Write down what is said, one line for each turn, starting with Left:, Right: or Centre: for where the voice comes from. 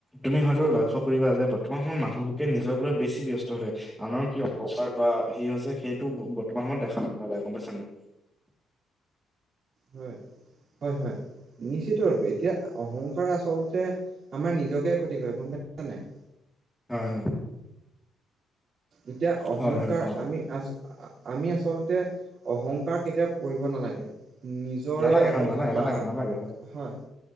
Centre: তুমি হয়তো লক্ষ্য কৰিবা যে বৰ্তমান সময়ত মানুহবোকে নিজক লৈ বেছি ব্যস্ত হৈ থাকে। আনৰ কি প্ৰকাৰ বা সি হৈছে সেইটো বৰ্তমান সময়ত দেখা পোৱা নাযায়। গম পাইছা নাই?
Right: হয় হয়। নিশ্চিত ৰূপে। এতিয়া অহংকাৰ আচলতে আমাৰ নিজকে ক্ষতি কৰে গম পাইছ নাই?
Centre: হয় হয়
Right: এতিয়া অহংকাৰ
Centre: হয়, হয় কোৱা।
Right: আমি আছো, আমি আচলতে অহংকাৰ কেতিয়াও কৰিব নালাগে। নিজৰে
Centre: নালাগে হয়,
Right: হওক
Centre: নালাগে,
Right: বা
Centre: নালাগে,
Right: আ
Centre: নালাগে
Right: হয়